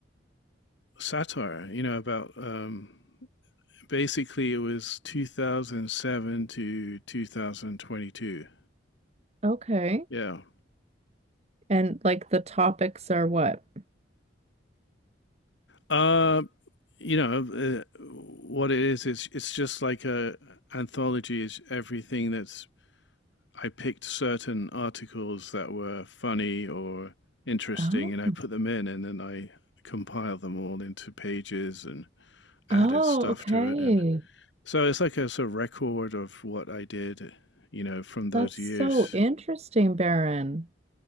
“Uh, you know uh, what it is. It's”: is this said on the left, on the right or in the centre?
Left